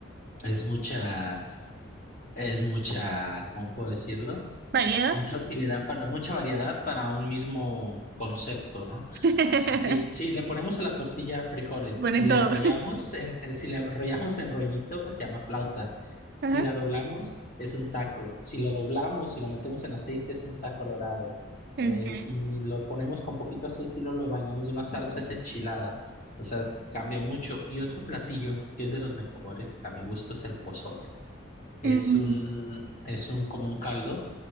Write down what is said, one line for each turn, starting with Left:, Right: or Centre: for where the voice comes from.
Left: Es mucha, es mucha, ¿cómo puedo decirlo?
Right: Variedad.
Left: mucha utilidad para, mucha variedad para un mismo concepto, ¿no? O
Right: <laughs>
Left: sea, si, si le ponemos a la tortilla frijoles
Right: Ponen
Left: y le
Right: todo.
Left: enrollamos, en, el, si le enrollamos en rollito, se llama flauta. Si
Right: Ajá.
Left: la doblamos, es un taco. Si lo doblamos y lo metemos en aceite, es un taco dorado.
Right: Okay.
Left: Eh, si lo ponemos con poquito aceite y luego lo bañamos de una salsa, es enchilada. O sea, cambia mucho. Y otro platillo que es de los mejores, a mi gusto, es el pozole. Es
Right: Mm,
Left: un, es un como un caldo